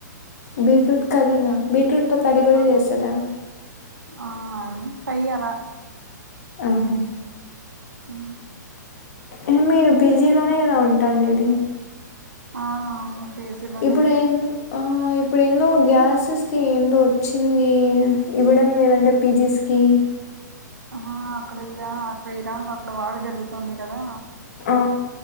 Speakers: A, on the left (about 50°); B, on the right (about 85°).
A: బీట్రూట్ కర్రినా
B: అది
A: బీట్రూట్ తొ కర్రీ కూడ
B: ఆ
A: చేస్తారా
B: ఆ ఫ్రై అలా
A: ఆహ
B: హ
A: ఇక మీరు పీజీ లోనే కద ఉంటాండేది
B: ఆ అవును పీజీలోనే
A: ఇప్పుడేమ్ ఆ ఆ ఇప్పుడేమ్దొ గ్యాసెస్ది ఎందో వచ్చింది ఇవ్వడం లేదంట పీజీస్కి
B: ఆ అక్కడ ఇరాన్ అక్కడ ఇరాన్ లో అక్కడ వార్ జరుగుతుంది కదా
A: ఆ